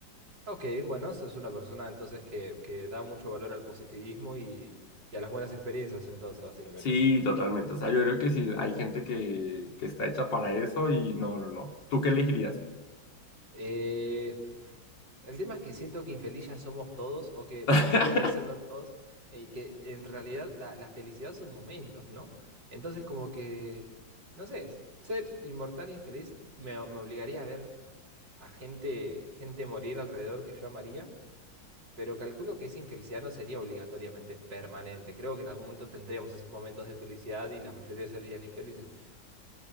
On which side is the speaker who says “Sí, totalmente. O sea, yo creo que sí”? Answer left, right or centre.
Left